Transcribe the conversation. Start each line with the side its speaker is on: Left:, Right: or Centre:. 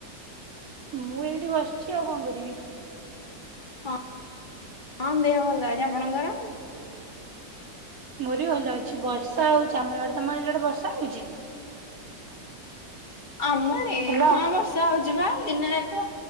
Right: ମୁଁ ଏଇଠି ବସିଛି ଆଉ କଣ କରିବି।
Left: ହଁ, ହଁ ଦେହ ଭଲ <inaudible> ଆପଣଙ୍କର?
Right: ମୋର ବି ଭଲ ଅଛି ବର୍ଷା ହଉଛି ଆମ ଇଆଡେ। ତମଆଡେ ବର୍ଷା ହଉଛି?
Left: ଆମ ଆଡେ
Right: ହ୍ୟାଲୋ
Left: ହଁ ବର୍ଷା ହଉଛି ବା ଦିନ ଯାକ